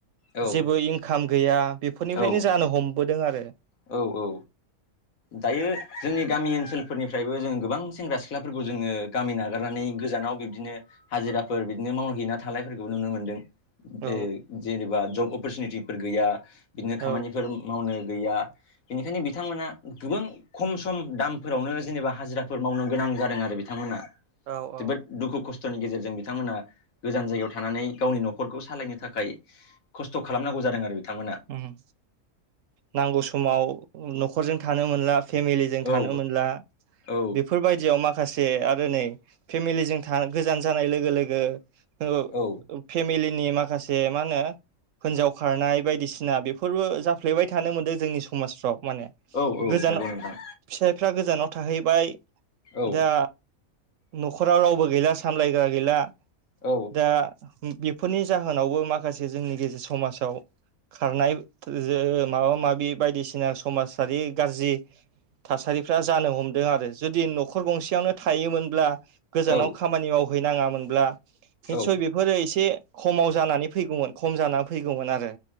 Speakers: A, on the left; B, on the right.
A: औ
B: जेबो इनकाम गैया बेफोरनिफ्रायनो
A: औ
B: जानो हमबोदों आरो।
A: औ औ। दायो जोंनि गामि ओनसोलफोरनिफ्रायबो जोङो गोबां सेंग्रा सिख्लाफोरखौ जोङो गामि नागारनानै गोजानाव बिब्दिनो हाजिराफोर बिदिनो मावहैना थानायफोरखौबो नुनो मोन्दों।
B: औ
A: ओ जेनेबा जब अपरसुनिटिफोर गैया, बिदिनो
B: औ
A: खामानिफोर मावनो गैया बेनिखायनो बिथांमोना गोबां खम सम दामफोरावनो जेनेबा हाजिराफोर मावनो गोनां जादों आरो। बिथांमोना
B: औ
A: जोबोद
B: औ
A: दुखु खस्थ'नि गेजेरजों जों बिथांमोना गोजान जायगायाव थानानै गावनि न'खरखौ सालायनो थाखाय खस्थ' खालामनांगौ जादों आरो। बिथांमोना
B: उम नांगौ समाव न'खरजों थानो मोनला फेमिलिजों थानो
A: औ
B: मोनला
A: औ
B: बेफोरबायदियाव मा खासे आरो नै फेमिलिजों था गोजान जानाय लोगो लोगो ओ
A: औ
B: फेमिलिनि माखासे मा होनो हिनजाव खारनाय बायदिसि ना बेफोरबो जाफ्लेबाय थानो मोनदों जोंनि समाजफ्राव। माने
A: औ औ
B: गोजानाव
A: नंगौ नोंथां
B: फिसाइफ्रा गोजानाव थाहैबाय
A: औ
B: दा न'खराव रावबो गैला सामलायग्रा गैला
A: औ
B: दा बे फोरनि जाहोनावबो माखासे जोंनि गेजेर समाजाव खारनाय जो माबा माबि बायदिसिना समाजारि गाज्रि थासारिफ्रा जानो हमदों आरो। जुदि न'खर गंसेयावनो थायोमोनब्ला गोजानाव
A: औ
B: खामानि मावहैनाङामोनब्ला निस्सय
A: औ
B: बेफोरो एसे खमाव जानानै फैगौमोन खम जानानै फैगौमोन आरो।